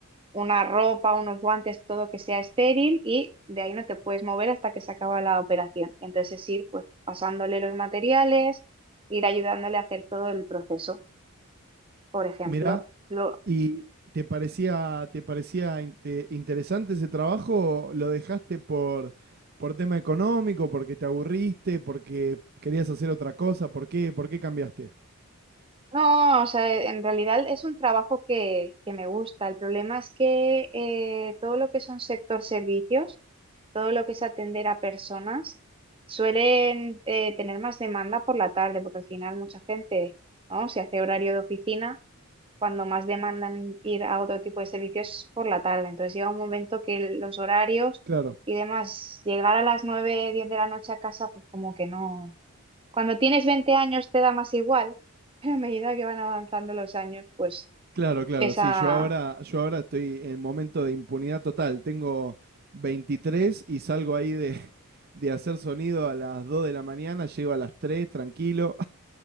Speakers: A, on the right; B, on the right.
A: una ropa, unos guantes, todo que sea estéril y de ahí no te puedes mover hasta que se acaba la operación. Entonces ir pues pasándole los materiales, ir ayudándole a hacer todo el proceso, por ejemplo.
B: Mirá,
A: Lo...
B: ¿y te parecía, te parecía inte- interesante ese trabajo? ¿Lo dejaste por, por tema económico, porque te aburriste, porque querías hacer otra cosa? ¿Por qué, por qué cambiaste?
A: No, o sea, en realidad es un trabajo que, que me gusta. El problema es que eh, todo lo que son sector servicios, todo lo que es atender a personas, suelen eh, tener más demanda por la tarde, porque al final mucha gente, ¿no? Si hace horario de oficina cuando más demandan ir a otro tipo de servicios es por la tarde. Entonces llega un momento que los horarios
B: Claro,
A: y demás, llegar a las 9 10 de la noche a casa, pues como que no. Cuando tienes 20 años te da más igual, <laughs> pero a medida que van avanzando los años, pues
B: claro, claro.
A: pesa.
B: Sí, yo ahora, yo ahora estoy en momento de impunidad total. Tengo 23 y salgo ahí de, <laughs> de hacer sonido a las 2 de la mañana, llego a las 3 tranquilo.